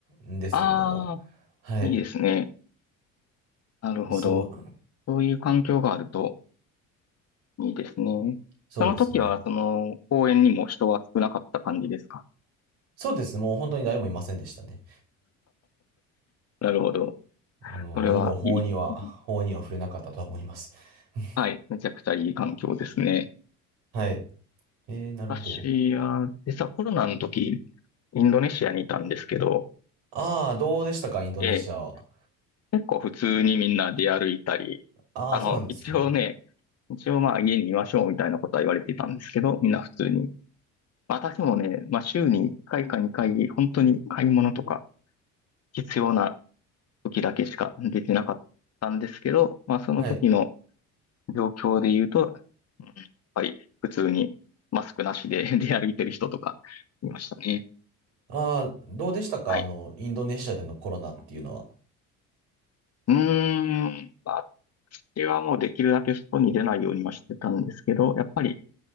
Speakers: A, on the right (about 70°); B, on the left (about 35°).
A: んですけれども、
B: ああ、
A: はい。
B: いいですね。なるほど。
A: まあそう、
B: そういう環境があるといいですね。
A: そうですね。
B: その時は、その公園にも人は少なかった感じですか
A: そうですね。もう本当に誰もいませんでしたね。
B: なるほど。
A: あの、
B: それはいい。
A: 何も法には、法には触れなかったとは思います。<laughs>
B: はい、めちゃくちゃいい環境ですね。
A: はい。えー、なるほど。
B: 私は、実はコロナの時、インドネシアにいたんですけど、
A: ああ、どうでしたか、インドネシアは。
B: ええ、結構普通にみんな出歩いたり、
A: ああ、
B: あの、
A: そうなんですね。
B: 一応ね、一応まあ家にいましょうみたいなことは言われていたんですけど、みんな普通に。私もね、まあ週に1回か2回、本当に買い物とか必要な時だけしかできなかったんですけど、まあその時の
A: はい。
B: 状況で言うと、うんやっぱり普通にマスクなしで <laughs> 出歩いてる人とかいましたね。
A: ああ、どうでしたか、
B: はい。
A: あの、インドネシアでのコロナっていうのは。
B: うーん、まあ私はもうできるだけ外に出ないようにはしてたんですけど、やっぱり、